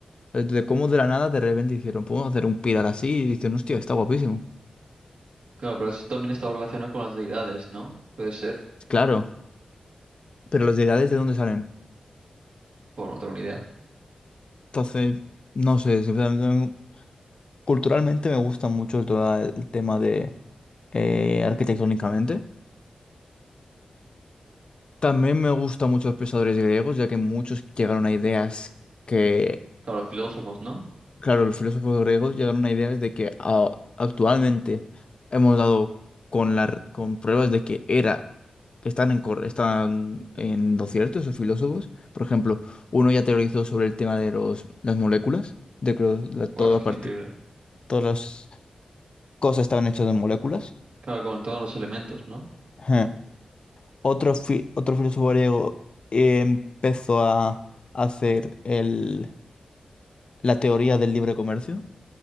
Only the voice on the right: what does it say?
Claro, pero eso también estaba relacionado con las deidades, ¿no? Puede ser.
O no tengo ni idea.
Claro, los filósofos, ¿no?
Buah, es que
es increíble.
Claro, con todos los elementos, ¿no?